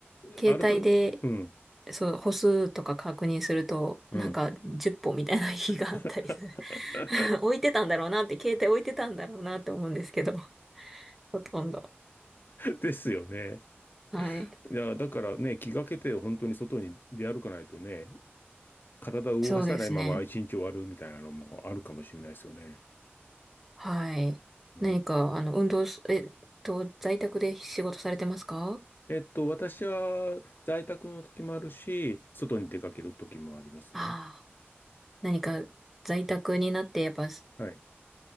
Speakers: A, in the centre; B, on the left.
A: 携帯で、
B: 歩く、うん、
A: そう、歩数とか確認すると、
B: うん。
A: なんか10歩みたいな日があったりする。
B: <laughs>
A: <laughs> 置いてたんだろうなって、携帯置いてたんだろうなって思うんですけど、ほとんど。
B: ですよね。
A: はい。
B: いや、だからね、気がけて本当に外に出歩かないとね、体を動かさないまま一日終わるみたいなのもあるかもしれないですよね。
A: そうですね。はい。
B: うん
A: 何か、あの、運動す、えっと、在宅で仕事されてますか
B: えっと、私は在宅の時もあるし、外に出かける時もありますね。
A: ああ何か、在宅になって、やっぱ、
B: はい。